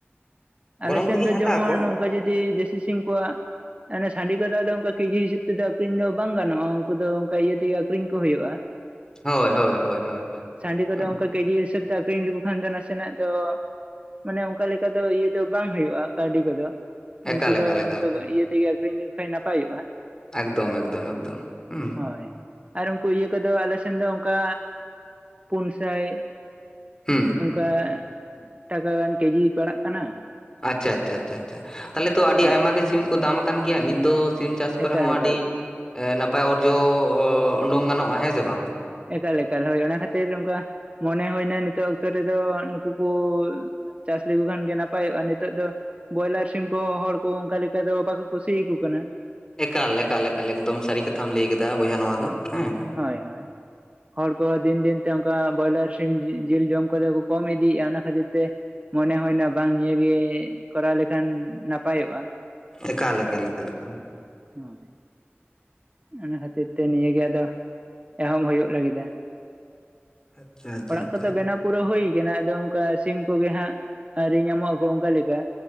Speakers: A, on the right; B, on the left.
A: ᱟᱞᱮ
B: ᱜᱚᱱᱚᱝ
A: ᱥᱮᱱ
B: ᱛᱮᱜᱤᱧ
A: ᱫᱚ
B: ᱦᱟᱛᱟᱣ
A: ᱡᱮᱢᱚᱱ
B: ᱠᱚᱣᱟ
A: ᱱᱚᱝᱠᱟ ᱡᱩᱫᱤ ᱫᱮᱥᱤ ᱥᱤᱢ ᱠᱚᱣᱟᱜ ᱚᱱᱮ ᱥᱟᱸᱰᱤ ᱠᱚᱫᱚ ᱟᱫᱚ ᱚᱱᱠᱟ ᱠᱮᱡᱤ ᱦᱤᱥᱟᱹᱵ ᱛᱮᱫᱚ ᱟᱠᱷᱨᱤᱧ ᱫᱚ ᱵᱟᱝ ᱜᱟᱱᱚᱜᱼᱟ ᱩᱱᱠᱩ ᱫᱚ ᱚᱱᱠᱟ ᱤᱭᱟᱹ ᱛᱮᱜᱮ ᱟᱠᱷᱨᱤᱧ ᱠᱚ ᱦᱩᱭᱩᱜᱼᱟ᱾
B: ᱦᱳᱭ ᱦᱳᱭ ᱦᱳᱭ ᱦᱳᱭ ᱦᱳᱭ,
A: ᱥᱟᱺᱰᱤ ᱠᱚᱫᱚ
B: ᱩᱸ
A: ᱚᱱᱠᱟ ᱠᱮᱡᱤ ᱦᱤᱥᱟᱹᱵ ᱛᱮ ᱟᱠᱷᱨᱤᱧ ᱞᱮᱠᱚ ᱠᱷᱟᱱ ᱫᱚ ᱱᱟᱥᱮᱱᱟᱜ ᱫᱚ ᱢᱟᱱᱮ ᱚᱱᱠᱟ ᱞᱮᱠᱟ ᱫᱚ ᱤᱭᱟᱹ ᱫᱚ ᱵᱟᱝ ᱦᱩᱭᱩᱜᱼᱟ ᱠᱟᱹᱣᱰᱤ ᱠᱚᱫᱚ᱾
B: ᱮᱠᱟᱞ
A: ᱩᱱᱠᱩ ᱫᱚ
B: ᱮᱠᱟᱞ ᱮᱠᱟᱞ
A: ᱱᱚᱝᱠᱟ ᱠᱚ ᱤᱭᱟᱹ ᱛᱮᱜᱮ ᱟᱠᱷᱨᱤᱧ ᱞᱮᱠᱚ ᱠᱷᱟᱱᱡ ᱱᱟᱯᱟᱭᱚᱜᱼᱟ᱾
B: ᱮᱠᱫᱚᱢ ᱮᱠᱫᱚᱢ ᱮᱠᱫᱚᱢ, ᱦᱩᱸ
A: ᱦᱳᱭ, ᱟᱨ ᱩᱱᱠᱩ ᱤᱭᱟᱹ ᱠᱚᱫᱚ ᱟᱞᱮ ᱥᱮᱱ ᱫᱚ ᱚᱱᱠᱟ ᱯᱩᱱ ᱥᱟᱭ
B: ᱦᱩᱸ᱾
A: ᱚᱱᱠᱟ, ᱴᱟᱠᱟ ᱜᱟᱱ ᱠᱮᱡᱤ ᱯᱟᱲᱟᱜ ᱠᱟᱱᱟ᱾
B: ᱟᱪᱪᱷᱟ ᱟᱪᱪᱷᱟ ᱟᱪᱪᱷᱟ ᱟᱪᱪᱷᱟ ᱛᱟᱞᱦᱮ ᱛᱚ ᱟᱹᱰᱤ
A: ᱦᱮᱸ
B: ᱟᱭᱢᱟ ᱜᱮ ᱥᱤᱢ ᱠᱚ ᱫᱟᱢ ᱟᱠᱟᱱ ᱜᱮᱭᱟ ᱱᱤᱛ ᱫᱚ ᱥᱤᱢ ᱪᱟᱥ ᱠᱚᱨᱮ
A: ᱮᱠᱟᱞ
B: ᱦᱚᱸ
A: ᱮᱠᱟᱞ
B: ᱟᱹᱰᱤ ᱮ ᱱᱟᱯᱟᱭ ᱚᱨᱡᱚ ᱚ ᱩᱰᱩᱝ ᱜᱟᱱᱚᱜᱼᱟ, ᱦᱮᱸ ᱥᱮ ᱵᱟᱝ?
A: ᱮᱠᱟᱞ ᱮᱠᱟᱞ ᱦᱳᱭ ᱚᱱᱟ ᱠᱷᱟᱹᱛᱤᱨ ᱚᱱᱠᱟ ᱢᱚᱱᱮ ᱦᱩᱭᱱᱟ ᱱᱤᱛᱳᱜ ᱚᱠᱛᱚ ᱨᱮᱫᱚ ᱱᱩᱠᱩ ᱠᱚ ᱪᱟᱥ ᱞᱮᱠᱚ ᱠᱷᱟᱱ ᱜᱮ ᱱᱟᱯᱟᱭᱚᱜᱼᱟ, ᱱᱤᱛᱚᱜ ᱫᱚ ᱵᱚᱭᱞᱟᱨ ᱥᱤᱢ ᱠᱚ ᱦᱚᱲ ᱠᱚ ᱚᱱᱠᱟ ᱞᱮᱠᱟ ᱫᱚ ᱵᱟᱠᱚ ᱠᱩᱥᱤᱭᱟᱠᱚ ᱠᱟᱱᱟ᱾
B: ᱮᱠᱟᱞ ᱮᱠᱟᱞ ᱮᱠᱟᱞ ᱮᱠᱫᱚᱢ ᱥᱟᱹᱨᱤ ᱠᱟᱛᱷᱟᱢ ᱞᱮᱭ ᱟᱠᱟᱫᱟ ᱵᱚᱭᱦᱟ ᱱᱚᱣᱟ ᱫᱚ, ᱦᱮᱸ?
A: ᱦᱳᱭ ᱦᱳᱭ᱾ ᱦᱚᱲ ᱠᱚᱦᱚᱸ ᱫᱤᱱ ᱫᱤᱱᱛᱮ ᱚᱱᱠᱟ ᱵᱚᱭᱞᱟᱨ ᱥᱤᱢ ᱡᱤ ᱡᱤᱞ ᱡᱚᱢ ᱠᱚᱫᱚ ᱠᱚ ᱠᱚᱢ ᱤᱫᱤᱭᱮᱫᱼᱟ ᱚᱱᱟ ᱠᱷᱟᱹᱛᱤᱨ ᱛᱮ ᱢᱚᱱᱮ ᱦᱩᱭᱱᱟ ᱵᱟᱝ ᱱᱤᱭᱟᱹ ᱜᱮ ᱠᱚᱨᱟᱣ ᱞᱮᱠᱷᱟᱱ ᱱᱟᱯᱟᱭᱚᱜᱼᱟ᱾
B: ᱮᱠᱟᱞ ᱮᱠᱟᱞ ᱮᱠᱟᱞ ᱮᱠᱟᱞ ᱦᱩᱸ,
A: ᱦᱳᱭ ᱚᱱᱟ ᱠᱷᱟᱹᱛᱤᱨ ᱛᱮ ᱱᱤᱭᱟᱹ ᱜᱮ ᱟᱫᱚ ᱮᱦᱚᱵ ᱦᱩᱭᱩᱜ ᱞᱟᱹᱜᱤᱫᱟ᱾
B: ᱟᱪᱪᱷᱟ ᱟᱪᱪᱷᱟ
A: ᱚᱲᱟᱜ
B: ᱟᱪᱪᱷᱟ
A: ᱠᱚᱫᱚ ᱵᱮᱱᱟᱯ ᱯᱩᱨᱟᱹ ᱦᱩᱭ ᱠᱟᱱᱟ ᱟᱫᱚ ᱚᱱᱠᱟ ᱥᱤᱢ ᱠᱚᱜᱮ ᱦᱟᱸᱜ ᱟᱹᱣᱨᱤ ᱧᱟᱢᱚᱜ-ᱟ ᱠᱚ ᱚᱱᱠᱟ ᱞᱮᱠᱟ᱾